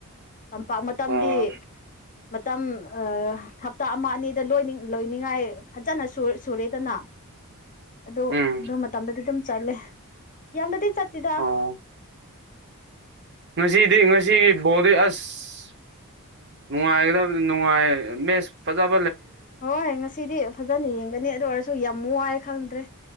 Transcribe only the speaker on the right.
ꯑꯣ
ꯎꯝ
ꯑꯣ ꯉꯁꯤꯗꯤ ꯉꯁꯤꯒꯤ ꯕꯣꯗꯤ ꯑꯁ ꯅꯨꯡꯉꯥꯏꯒꯗꯕ ꯅꯨꯡꯉꯥꯏ ꯃꯦꯁ ꯐꯖꯕ